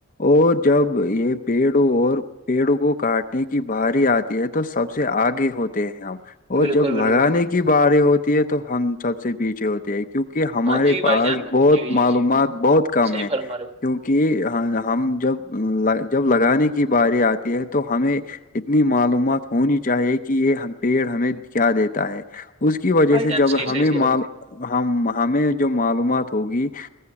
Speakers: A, on the left; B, on the right.
A: اور جب یہ پیڑوں اور پیڑوں کو کاٹنے کی بھاری آتی ہے تو سب سے آگے ہوتے ہیں ہم اور
B: بالکل
A: جب لگانے
B: بالکل
A: کی باری ہوتی ہے تو ہم سب سے پیچھے ہوتی ہے کیونکہ ہمارے
B: ہاں جی
A: پاس
B: بھائی جان
A: بہت
B: جی جی
A: معلومات
B: جی
A: بہت کم
B: صحیح
A: ہے
B: فرما رہے ہو
A: کیونکہ کہ ہم جب جب لگانے کی باری آتی ہے تو ہمیں اتنی معلومات ہونی چاہیے کہ یہ پیڑ ہمیں کیا دیتا ہے اس کی وجہ
B: بھائی
A: سے
B: جان
A: جب
B: صحیح
A: ہمیں
B: صحیح صحیح
A: ہم ہمیں جو معلومات ہوگی